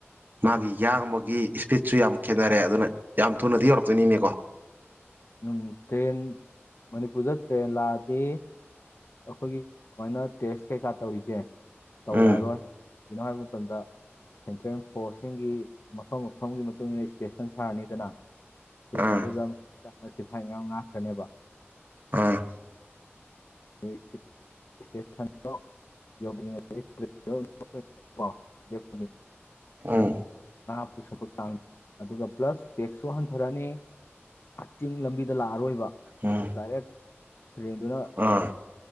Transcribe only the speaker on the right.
ꯃꯥꯒꯤ ꯌꯥꯡꯕꯒꯤ ꯁ꯭ꯄꯤꯠꯁꯨ ꯌꯥꯝ ꯈꯦꯠꯅꯔꯦ ꯑꯗꯨꯅ ꯌꯥꯝ ꯊꯨꯅꯗꯤ ꯌꯧꯔꯛꯇꯣꯏꯅꯤꯅꯦꯀꯣ
ꯎꯝ
ꯑꯥ
ꯑꯥ
ꯎꯝ
ꯎꯝ
ꯑꯥ